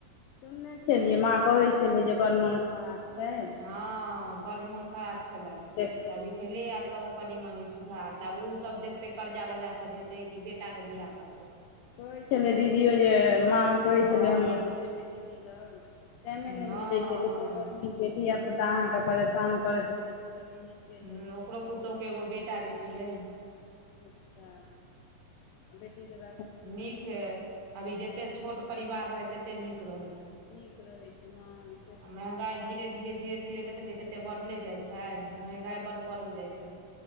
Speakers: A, on the left; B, on the right.
A: सुननै छै माँ कहै छेलै जे बड मुन खराब छै
B: हँ बड्ड मोन खराब छलै
A: <inaudible>
B: तऽ अभी भेले‌ एब तब ओ कनि मनि सुधार तऽ
A: हूँ
B: आब उसब देखतै कर्जा वर्जा सब देतै कि बेटा केँ बिआह करतै
A: कहै छलै दीदीयो जे माँ ओ कहै
B: हँ
A: छलै हमर जे जेबै दीदी लग टाइमे
B: हँ
A: नै
B: हँ
A: मिलै छै कते गर्मी छै धिया पुता अहाँ कऽ परेशान करैत रहे छै तऽ नहीये गेल
B: हु ओकरो पुतौह केँ एगो बेटा बेटी हैय
A: अच्छा <inaudible> बेटी कऽ
B: नीक हेय अभी जतेक छोट परिवार रहै तते नीक रहै‌ हैय
A: नीक रहै छै ह
B: आ महंगाई धीरे धीरे धीरे धीरे देखै छियै कत्ते बरहले
A: बढ़िते
B: जाय
A: रहै
B: छै महंगाई
A: नहि
B: बड बरहल जाय छै